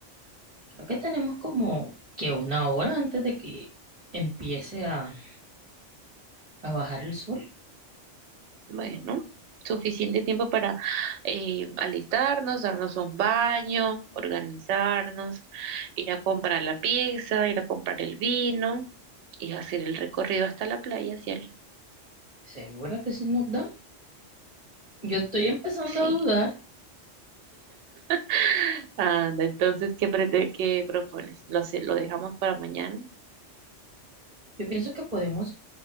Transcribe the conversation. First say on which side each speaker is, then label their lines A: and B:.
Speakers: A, on the right (about 35°); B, on the right (about 70°).
A: creo que tenemos como que una hora antes de que empiece a, a bajar el sol.
B: Bueno, suficiente tiempo para eh, alistarnos, darnos un baño, organizarnos, ir a comprar la pizza, ir a comprar el vino y hacer el recorrido hasta la playa, cielo.
A: ¿Seguro que sí nos da? Yo estoy empezando
B: Sí.
A: a dudar.
B: <laughs> Anda, entonces, ¿qué, prete- qué propones? Lo, se- lo dejamos para mañana,
A: Yo pienso que podemos